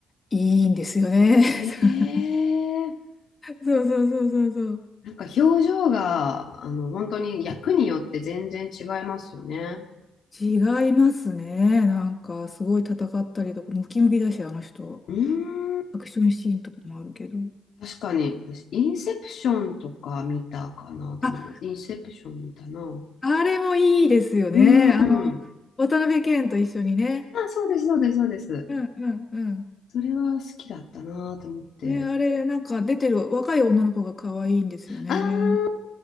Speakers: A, on the left (about 30°); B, on the left (about 70°).
A: いいんですよね。<laughs>
B: ええ
A: そうそうそうそうそう。
B: なんか表情が、あの、本当に役によって全然違いますよね。
A: 違いますね。なんかすごい戦ったりとか、ムキムキだし、あの人。
B: うーん。
A: アクションシーンとかもあるけど。
B: 確かに、私、インセプションとか見たかなと思います。
A: あ、
B: インセプション見たな。う
A: あれもいいですよね。
B: ーん。
A: あの、渡辺謙と一緒にね。
B: あ、そうです、そうです、そうです。
A: うんうんうん。
B: それは好きだったなと思って。
A: ね、あれ、なんか出てる若い女の子が可愛いんですよね。
B: ああ、